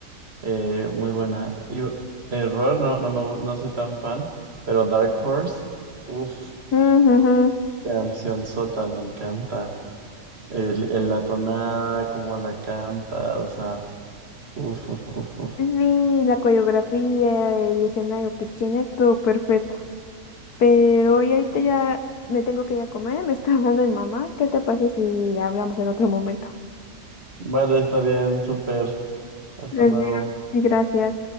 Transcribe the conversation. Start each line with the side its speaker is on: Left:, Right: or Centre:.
Right: eh, muy buena. Y Error, no, no, me, gu- no soy tan fan, pero Dark Horse, uff,
Left: Ujujú.
Right: canción sota, me encanta. El, el- la tonada, cómo la canta, o sea... Uf, uf, uf, uf.
Left: Sí, la coreografía, el escenario que tiene, todo perfecto. Pero y ahorita ya me tengo que ir a comer, <laughs> me está hablando mi mamá. ¿Qué te parece si hablamos en otro momento?
Right: Vale, está bien, súper. Hasta
Left: Gracias.
Right: luego.
Left: Sí, gracias.